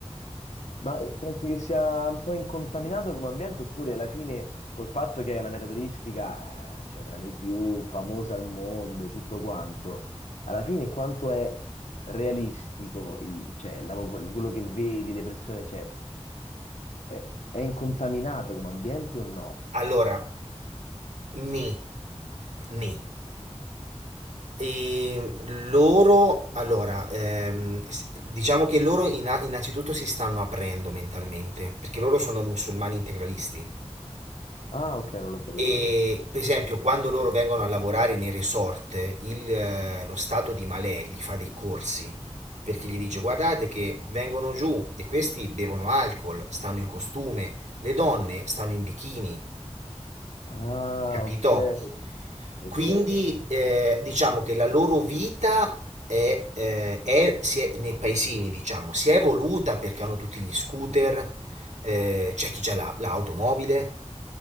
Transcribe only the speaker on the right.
Allora, ni, ni. E loro, allora, ehm, s- diciamo che loro inna- innanzitutto si stanno aprendo mentalmente, perché loro sono musulmani integralisti.
E per esempio, quando loro vengono a lavorare nei resort, il, eh, lo stato di Malè gli fa dei corsi, perché gli dice: Guardate che vengono giù e questi bevono alcol, stanno in costume, le donne stanno in bikini.
capito?
Quindi eh, diciamo che la loro vita è, eh, è- si è- nei paesini, diciamo, si è evoluta perché hanno tutti gli scooter, eh, c'è chi ha la- l'automobile,